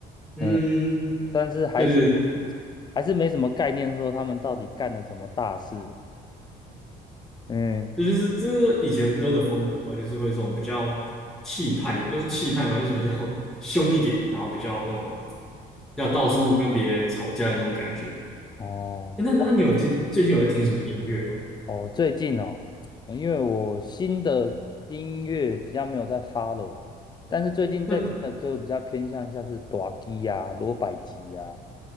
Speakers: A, in the centre; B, on the left.
A: 嗯，
B: 嗯，但是还是
A: 对对，
B: 还是没什么概念，说他们到底干了什么大事啊嗯，
A: 这就是这是以前歌的风格吧，就是会这种比较气派，要说气派嘛，就是比较 <laughs> 凶一点，然后比较那种要到处跟别人吵架的那种感觉。
B: 哦
A: 诶那那你有听最近有在听什么音乐吗？
B: 哦，最近哦，呃因为我新的音乐比较没有在发 o 但是最近在听的歌比较偏向像是大基呀、
A: 那
B: 罗百吉呀、